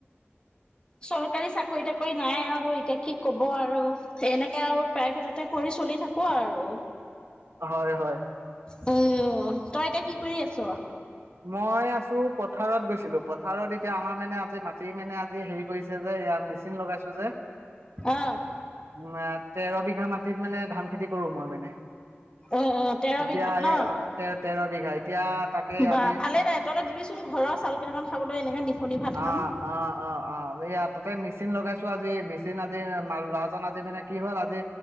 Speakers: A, on the left; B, on the right.
A: চৰকাৰী চাকৰি- তাকৰি নাই আৰু এতিয়া কি ক'ব আৰু সেই এনেকে আৰু প্ৰাইভেটতে কৰি চলি থাকো আৰু
B: হয়, হয়।
A: হয় অহ, তই এতিয়া কি কৰি আছ?
B: মই আছো পথাৰত গৈছিলো পথাৰত এতিয়া আমাৰ মেনে আজি মাটি মেনে আজি হেৰি কৰিছে যে সেয়া মেচিন লগাইছো যে
A: অ
B: মা তেৰ বিঘা মাটিত মানে ধান খেতি কৰো মই মেনে
A: অ অ তেৰ
B: এতিয়া
A: বিঘাত ন
B: সেই আ তে-তেৰ বিঘা এতিয়া তাকে
A: বা
B: আ
A: ভালে দে তহঁতৰ দিবিচোন ঘৰৰ চাউল কেইটামান খাবলৈ এনেকে নিখনি ভাত খাম।
B: অ অ, অ, অ এইয়া তাতে মেচিন লগাইছো আজি মিচ তিন আজি আ মাল ল'ৰাজন আজি মানে কি হ'ল আজি